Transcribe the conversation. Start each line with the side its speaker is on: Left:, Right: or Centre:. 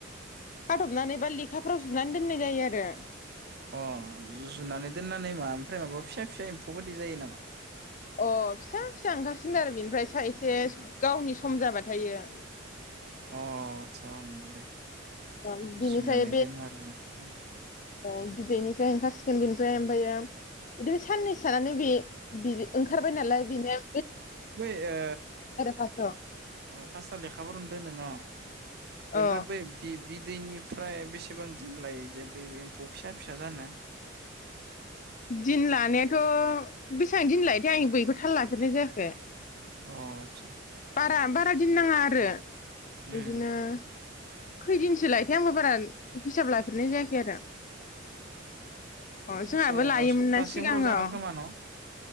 Left: खाथबनानै बा लेखाफ्राव जुनानै दोननाय जायो आरो
Right: अ जु-जुनानै दोननानै मा ओमफ्राय माबा फिसा फिसा एम्फौ बायदि जायो नामा
Left: अ फिसा फिसा ओंखारसिनगोन आरो बिनिफ्राय सा एसे गावनि सम जाबाथाय इयो
Right: अ आतसा अ नंगौ दे
Left: बिनिफ्राय
Right: जुनानै दोनो आरो ना उम
Left: औ बिदैनिफ्राय ओंखारसिगोन बिनिफ्राय ओमफ्रायो बिदिनो साननै थानानै बे-बे ओंखारबाय नालाय बिनो
Right: बै ओ
Left: फार्स्टआव
Right: ओ फासटाव लेखा फोरावनो दोनो न बेनिफ्राय
Left: अ
Right: बै बि-बि दैनिफ्राय बेसेबां दिन लायो जे बे एम्फौ फिसा फिसा जानो
Left: दिन लानायाथ' बेसां दिन लायोथाय आं इखौ थाल लाफेरनाय जायाखै
Right: अ आदसा
Left: बारा बारा दिन नाङा आरो
Right: उम
Left: बिदिनो खैदिनसो लायोथाय आंबो बारा हिसाब लाफेरनाय जायाखै आर अ जोंहाबो
Right: से
Left: लायोमोन
Right: सप्तासेफोराव
Left: ना सिगाङाव
Right: जागोन खोमा न?